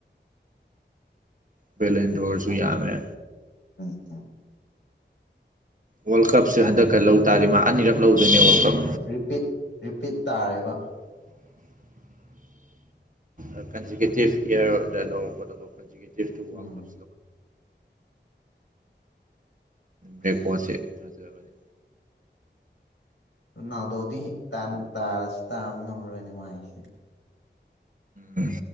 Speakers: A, on the right (about 45°); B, on the left (about 80°).
A: ꯕꯦꯂꯦꯟꯗꯣꯔꯁꯨ ꯌꯥꯝꯃꯦ
B: ꯎꯝ ꯎꯝ
A: ꯋꯥꯔꯜ ꯀꯞꯁꯨ ꯍꯟꯗꯛꯀ ꯂꯧ ꯇꯥꯔꯗꯤ ꯃꯥ ꯑꯅꯤꯔꯛ ꯂꯧꯗꯣꯏꯅꯦ ꯋꯥꯔꯜ ꯀꯞ
B: ꯔꯤꯄꯤꯠ ꯔꯤꯄꯤꯠ ꯇꯥꯔꯦꯕ
A: ꯑ ꯀꯟꯖꯨꯒ‌ꯦꯇꯤꯚ ꯌꯔꯗ ꯂꯧꯒꯗꯕ ꯀꯟꯖꯨꯒ‌ꯦꯇꯤꯚ
B: ꯎꯝ
A: ꯋꯥꯔꯜ ꯀꯞ
B: ꯑꯁ
A: ꯔ‌ꯦꯛꯀ‌ꯣꯠꯁ‌ꯦ ꯐꯖꯕꯅꯤ
B: ꯔꯣꯅꯥꯜꯗꯣꯗꯤ ꯇꯥꯏꯝ ꯇꯥꯔꯁꯨ ꯇꯥꯕ ꯉꯝꯃꯔꯣꯏꯅꯦ ꯃꯥꯏꯁꯤꯗꯤ
A: ꯎꯝ